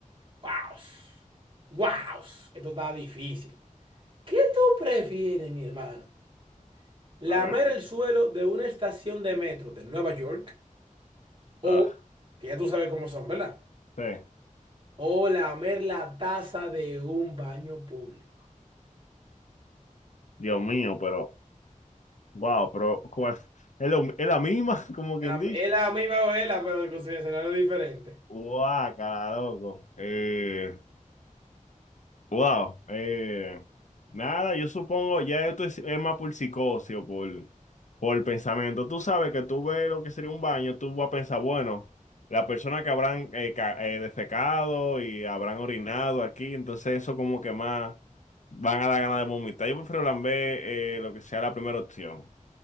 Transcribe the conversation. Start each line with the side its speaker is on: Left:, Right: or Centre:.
Right: guaos. Guaos. Esto está difícil. ¿Qué tú prefieres, mi hermano? ¿Lamer
Left: A ver,
Right: el suelo de una estación de metro de Nueva York? O,
Left: ah,
Right: que ya tú sabes cómo son, ¿verdad?
Left: sí,
Right: O lamer la taza de un baño público.
Left: Dios mío, pero, wow, pero, ¿cuál? Es, lo- es la misma, <laughs> como quien
Right: la-
Left: dice
Right: Es la misma novela, pero con su escenario diferente.
Left: Guácala, loco. Eh, wow. Eh, nada, yo supongo, ya esto es, es más por psicosis o por, por pensamiento. Tú sabes que tú ves lo que sería un baño, tú vas a pensar, bueno, la persona que habrán eh, ca- eh, defecado y habrán orinado aquí, entonces eso como que más van a dar ganas de vomitar. Yo prefiero lamber eh, lo que sea la primera opción.